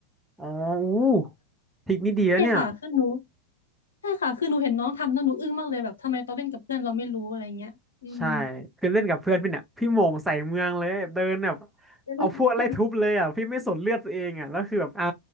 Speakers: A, in the centre; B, on the left.
A: อ๋ออู้ทริกนี้ดีนะเนี่ย
B: ใช่ค่ะคือหนูใช่ค่ะคือหนูเห็นน้องทำแล้วหนูอึ้งมากเลยแบบทำไมตอนเล่นกับเพื่อนเราไม่รู้อะไรเงี้ยอืม
A: ใช่คือเล่นกับเพื่อนพี่เนี่ยพี่โหม่งใส่เมืองเลยเดินแบบ
B: <laughs>
A: เอาพวกไล่ทุบเลยอ่ะพี่ไม่สนเลือดตัวเองอ่ะแล้วคือแบบอ่า